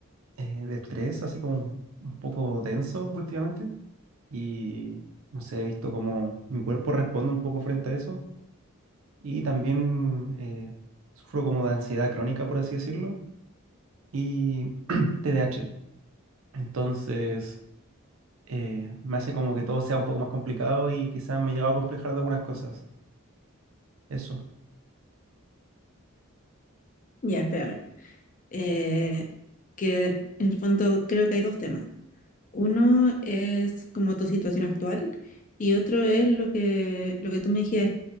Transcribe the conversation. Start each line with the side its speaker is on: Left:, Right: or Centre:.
Right: eh, de estrés, así como un, un poco denso últimamente. Y no sé, he visto como mi cuerpo responde un poco frente a eso. Y también eh, sufro como de ansiedad crónica, por así decirlo, y <clears throat> T D A H Entonces, eh, me hace como que todo sea un poco más complicado y quizás me he llegado a complejar de algunas cosas. Eso.
Left: Ya, espérame. Eh, que en el fondo creo que hay dos temas. Uno es como tu situación actual y otro es lo que, lo que tú me dijiste,